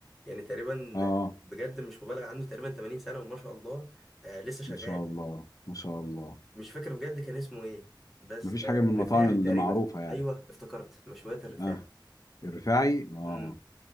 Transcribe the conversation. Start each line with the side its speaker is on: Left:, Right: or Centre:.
Centre: يعني تقريبا
Left: اه
Centre: بجد مش مبالغ عنده تقريبا 80 سنة وما شاء الله آه لسه شغال
Left: ما شاء الله ما شاء الله
Centre: مش فاكر بجد كان اسمه ايه بس
Left: ما فيش
Centre: آه
Left: حاجة من المطاعم
Centre: الرفاعي
Left: اللي
Centre: تقريبا
Left: معروفة يعني
Centre: ايوه افتكرت مشويات الرفاعي
Left: اه الرفاعي اه
Centre: امم